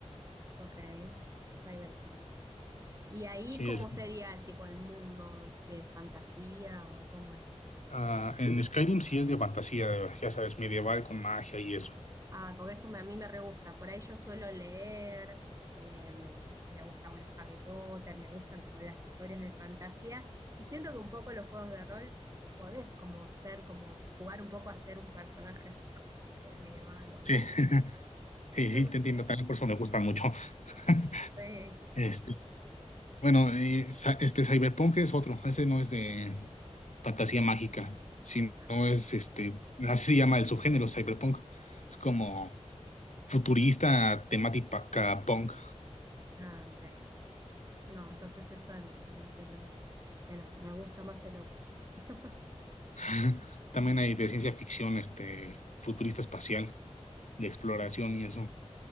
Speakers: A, on the right; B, on the left.
A: Ok. Cyberpunk. Y ahí,
B: Sí
A: ¿cómo
B: es,
A: sería tipo el mundo de fantasía o cómo es?
B: ah, en Skyrim sí es de fantasía, ya sabes, medieval con magia y eso.
A: Ah, porque eso me- a mí me re gusta. Por ahí yo suelo leer, eh, me gusta, bueno, Harry Potter, me gustan como las historias de fantasía. Y siento que un poco los juegos de rol eh, podés como ser, como jugar un poco a ser un personaje así como de la era medieval o algo
B: Sí,
A: así.
B: <laughs> sí,
A: <laughs>
B: sí, te entiendo, también por eso me gusta mucho. <laughs>
A: Sí.
B: Este, Bueno, eh, sa- este Cyberpunk es otro, ese no es de fantasía mágica, sino
A: Ah,
B: es este, así se llama el subgénero Cyberpunk. Es como futurista, temática
A: ah,
B: punk.
A: ah, ok. No, entonces eso no, no siento que, que no, me gusta más el otro. <laughs>
B: <laughs> También
A: Buenísimo.
B: hay de ciencia ficción, este, futurista espacial, de exploración y eso.